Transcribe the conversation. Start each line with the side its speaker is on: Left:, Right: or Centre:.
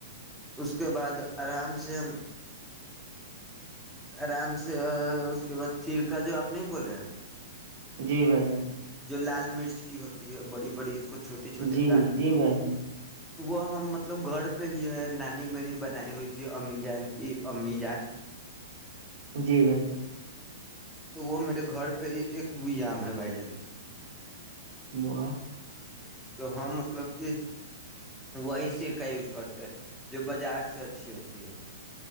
Centre: اس کے بعد آرام سے ہم آرام سے اس کے بعد سرکا جو آپ نہیں بولے
Right: جی بھائی جن
Centre: جو لال مرچ کی ہوتی ہے بڑی بڑی کچھ چھوٹے چھوٹے
Right: جی
Centre: کاٹ
Right: جی
Centre: کے
Right: بھائی جان
Centre: وہ ہم مطلب گھر پہ ہی ہے نانی میری بنائی ہوئی تھی امی جان کی امی جان
Right: جی بائی جان
Centre: تو وہ میرے گھر پہ ایک بوئی عم ہے بھائی جان
Right: با
Centre: تو ہم مطلب کہ وہی سرکا یوز کرتے ہیں جو بازار سے اچھی ہوتی ہے